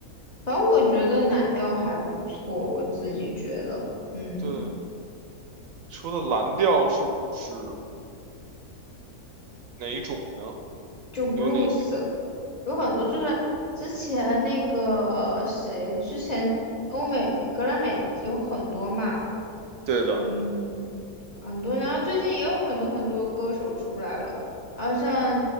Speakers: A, on the left; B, on the right.
A: 反正我觉得蓝调还不错，我自己觉得，嗯，
B: 对，说的蓝调是指哪一种呢？
A: 就 blues
B: 有哪些？
A: 有很多就是之前那个谁，之前欧美格莱美有很多嘛，
B: 对的，
A: 嗯，很多然后最近也有很多很多歌手出来了，然后像